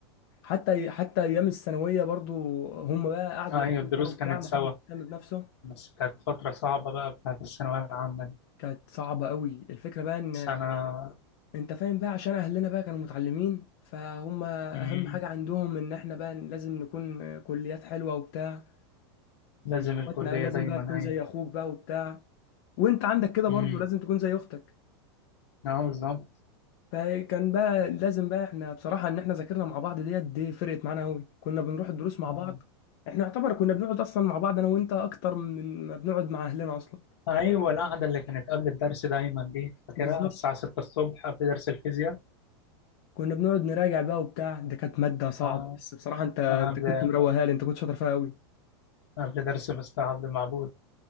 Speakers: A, on the left (about 55°); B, on the left (about 75°).
A: حتى حتى ايام الثانويه برضو هم بقى قعدوا
B: أه أيوة
A: يلحقوا
B: الدروس
A: بقى وبتاع
B: كانت
A: ما
B: سوا
A: حدش يهتم بنفسه
B: بس كانت فترة صعبة بقى بتاعت الثانوية العامة دي
A: كانت صعبة قوي الفكرة بقى ان
B: سنة
A: انت فاهم بقى عشان اهلنا بقى كانوا متعلمين فهم اهم
B: مم،
A: حاجه عندهم ان احنا بقى لازم نكون كليات حلوه وبتاع واخواتنا
B: لازم الكلية
A: لازم
B: دايما
A: بقى تكون
B: أيوة
A: زي اخوك بقى وبتاع وانت عندك كده برضو
B: امم
A: لازم تكون زي اختك
B: اه بالظبط
A: فكان بقى لازم بقى احنا بصراحه ان احنا ذاكرنا مع بعض ديت دي فرقت معانا قوي كنا بنروح الدروس مع
B: آه.
A: بعض احنا يعتبر كنا بنقعد اصلا مع بعض انا وانت اكتر من ما بنقعد مع اهلنا اصلا
B: ايوه القعده اللي كانت قبل الدرس دايما دي فاكرها
A: بالظبط
B: الساعه 6 الصبح قبل درس الفيزياء
A: كنا بنقعد نراجع بقى وبتاع ده كانت ماده صعبه
B: اه
A: بس بصراحه انت انت
B: قبل
A: كنت مروقها لي انت كنت شاطر فيها قوي
B: قبل درس مستر عبد المعبود